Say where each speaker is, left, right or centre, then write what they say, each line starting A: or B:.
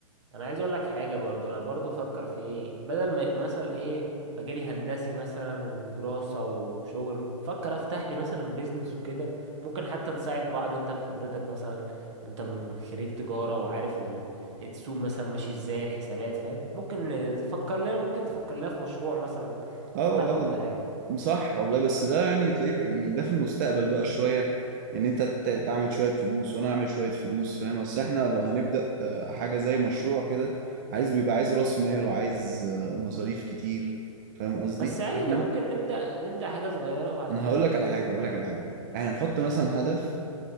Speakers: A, on the right (about 55°); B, on the right (about 35°).
A: انا عايز اقول لك حاجة برضو انا برضو فكر في ايه بدل ما يبقى مثلا ايه مجالي هندسي مثلا ودراسة وشغل فكر افتح لي مثلا بيزنس وكده ممكن حتى نساعد بعض انت بخبرتك مثلا انت من خريج تجارة وعارف ال- السوق مثلا ماشي ازاي الحسابات فاهم ممكن نفكر لنا ممكن تفكر لنا في مشروع مثلا
B: اه
A: نفتحه ولا
B: اه
A: حاجة
B: صح والله بس ده يعني تلاقيه في- يعني ده في المستقبل بقى شوية يعني انت ت- تعمل شوية فلوس وانا اعمل شوية فلوس فاهم اصل احنا لو هنبدأ آه، حاجة زي مشروع كده عايز بيبقى عايز راس مال وعايز آه، مصاريف كتير فاهم قصدي
A: بس عادي
B: احنا
A: ممكن
B: م...
A: نبدأ نبدأ حاجة صغيرة وبعد
B: انا
A: كده
B: هقول
A: نج-
B: لك على
A: تكبر
B: حاجة هقول
A: على
B: لك على حاجة احنا نحط
A: إيه،
B: مثلا هدف